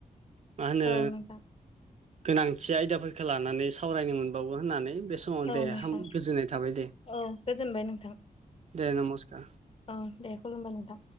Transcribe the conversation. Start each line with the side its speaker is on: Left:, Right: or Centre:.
Right: मा होनो
Left: औ नोंथां
Right: गोनांथि आयदाफोरखौ लानानै सावरायनो मोन बावो होननानै बे समाव
Left: औ
Right: दे
Left: नोंथां
Right: हाम गोजोननाय थाबाय दे
Left: औ गोजोनबाय नोंथां
Right: दे नमस्कार
Left: औ दे खुलुमबाय नोंथां